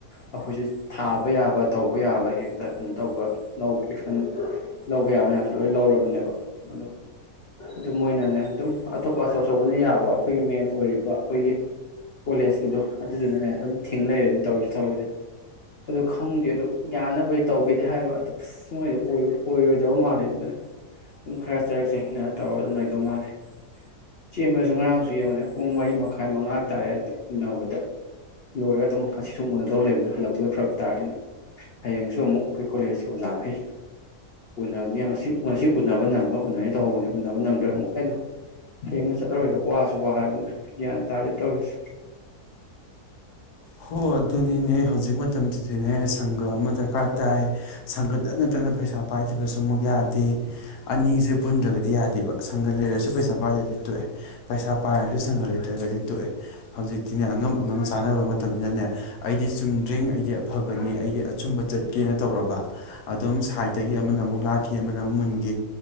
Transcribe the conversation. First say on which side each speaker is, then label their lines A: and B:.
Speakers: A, on the left; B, on the left.
A: ꯑꯩꯈꯣꯏꯁꯦ ꯊꯥꯕ ꯌꯥꯕ ꯇꯧꯕ ꯌꯥꯕ ꯍꯦꯛꯇ ꯀꯩꯅꯣ ꯇꯧꯕ ꯂꯧꯕ ꯑꯦꯛꯁꯟ ꯂꯧꯕ ꯌꯥꯕ ꯃꯌꯥꯝꯁꯨ ꯂꯣꯏ ꯂꯧꯔꯕꯅꯦꯕ ꯑꯗꯣ ꯑꯗꯨꯝꯣꯏꯅꯅꯦ ꯑꯗꯨꯝ ꯑꯇꯣꯞꯄ ꯑꯆꯧ ꯑꯆꯧꯕꯅ ꯌꯥꯕ ꯑꯩꯈꯣꯏꯒꯤ ꯃꯦꯟ ꯑꯣꯏꯔꯤꯕ ꯑꯩꯈꯣꯏꯒꯤ ꯀꯣꯂꯦꯖꯀꯤꯗꯣ ꯑꯗꯨꯗꯨꯅꯅꯦ ꯑꯗꯨꯝ ꯊꯤꯡꯅꯔꯦꯅ ꯇꯧꯔꯤꯁꯦ ꯊꯕꯛꯁꯦ ꯑꯗꯨ ꯈꯪꯗ꯭ꯦ ꯑꯗꯨ ꯌꯥꯅꯕꯗꯤ ꯇꯧꯒꯦꯗꯦ ꯍꯥꯏꯕ ꯑꯗꯨꯛꯁ ꯃꯣꯏꯗ ꯑꯣꯏꯔꯣꯏꯗꯕ ꯃꯥꯜꯂꯦ ꯑꯗꯨꯗ ꯈꯔ ꯆꯔꯛ ꯆꯟꯅ ꯇꯧꯔꯒ ꯑꯗꯨꯝ ꯂꯩꯗꯧ ꯃꯥꯜꯂꯦ ꯆꯦꯃꯔꯁꯨ ꯉꯔ ꯑꯉꯥꯡꯁꯨ ꯌꯦꯡꯉꯨꯅꯦ ꯄꯨꯡ ꯃꯔꯤ ꯃꯈꯥꯏ ꯃꯉꯥ ꯇꯥꯔꯦ ꯑꯗꯨꯝ ꯎꯅꯕꯗ ꯂꯣꯏꯔꯒ ꯑꯗꯨꯝ ꯉꯁꯤ ꯁꯨꯝ ꯎꯅꯗꯧ ꯂꯩꯕꯅꯤ ꯍꯜꯂꯛꯄꯗ ꯐꯔꯛ ꯇꯥꯔꯅꯤꯅ ꯍꯌꯦꯡꯁꯨ ꯑꯃꯨꯛ ꯑꯩꯈꯣꯏ ꯀꯣꯂꯦꯖꯀꯤ ꯑꯣꯖꯥꯈꯩ ꯎꯅꯅꯤ ꯉꯁꯤ ꯉꯁꯤ ꯎꯅꯕ ꯅꯪꯉꯒ ꯎꯅꯩ ꯇꯧꯍꯧꯕꯅꯤ ꯎꯅꯕ ꯅꯪꯗ꯭ꯔꯣꯏꯦ ꯑꯃꯨꯛ ꯍꯥꯏꯗꯣ ꯍꯌꯦꯡꯅ ꯆꯠꯂꯔꯣꯏꯗ ꯋꯥꯁꯨ ꯋꯥ ꯍꯥꯏꯔꯕꯅꯤꯅ ꯒ꯭ꯌꯥꯟ ꯇꯥꯔꯗꯤ ꯇꯧꯔꯤꯁꯦ
B: ꯍꯣꯏ ꯑꯗꯨꯅꯤꯅꯦ ꯍꯧꯖꯤꯛ ꯃꯇꯝꯁꯤꯗ ꯁꯤꯅꯦ ꯁꯪꯒ ꯑꯃ ꯗꯔꯀꯥꯔ ꯇꯥꯏ ꯁꯪꯒꯗ ꯅꯠꯇꯅ ꯄꯩꯁꯥ ꯄꯥꯏꯗꯕꯁꯨ ꯑꯃꯨꯛ ꯌꯥꯗꯦ ꯑꯅꯤꯁꯦ ꯄꯨꯟꯗ꯭ꯔꯒꯗꯤ ꯌꯥꯗꯦꯕ ꯁꯪꯒ ꯂꯩꯔꯁꯨ ꯄꯩꯁꯥ ꯄꯦ ꯇ ꯄꯩꯁꯥ ꯄꯥꯏꯔꯁꯨ ꯁꯪꯉ ꯂꯩꯇ꯭ꯔꯒꯗꯤ ꯇꯣꯛꯑꯦ ꯍꯧꯖꯤꯛꯇꯤꯅꯤ ꯑꯉꯝ ꯑꯉꯝ ꯆꯥꯅꯕ ꯃꯇꯝꯅꯅꯦ ꯑꯩꯗꯤ ꯆꯨꯝꯗ꯭ꯔꯤꯡ ꯑꯩꯗꯤ ꯑꯐꯕꯅꯤ ꯑꯩꯗꯤ ꯑꯆꯨꯝꯕ ꯆꯠꯀꯦꯅ ꯇꯧꯔꯕ ꯑꯗꯨꯝ ꯁꯥꯏꯠꯇꯒꯤ ꯑꯃꯅ ꯑꯃꯨꯛ ꯂꯥꯛꯈꯤ ꯑꯃꯅ ꯑꯃꯨꯛ ꯃꯨꯟꯈꯤ